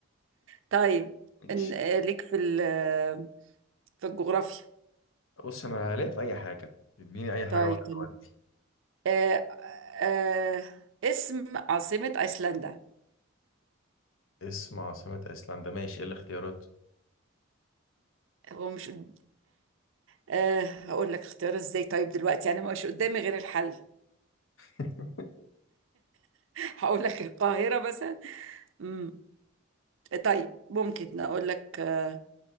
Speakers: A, on the right (about 70°); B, on the left (about 75°).
A: طيب
B: ماشي
A: إن- آه، ليك في ال- آه، في الجغرافيا
B: بص انا هلاقي في اي حاجه اديني اي حاجه
A: طيب
B: واحده ودي
A: آه آه اسم عاصمة أيسلندا
B: اسم عاصمه ايسلندا ماشي ايه الاختيارات
A: هو مش قد- آه هقول لك اختيار ازاي طيب دلوقتي انا مش قدامي غير الحل
B: <laughs>
A: <laughs> هقول لك القاهرة مثلا امم طيب ممكن اقول لك آه